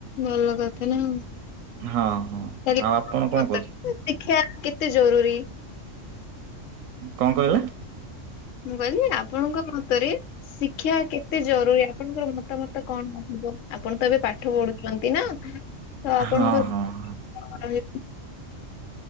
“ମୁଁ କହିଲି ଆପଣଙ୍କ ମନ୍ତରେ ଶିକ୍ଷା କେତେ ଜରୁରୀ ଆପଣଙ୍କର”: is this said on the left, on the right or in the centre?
Left